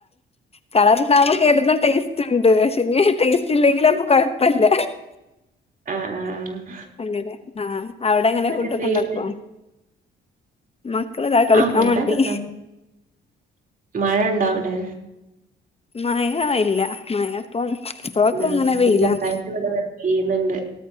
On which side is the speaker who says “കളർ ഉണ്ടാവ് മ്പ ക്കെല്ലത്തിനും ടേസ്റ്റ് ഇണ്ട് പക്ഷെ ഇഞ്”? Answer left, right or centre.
Left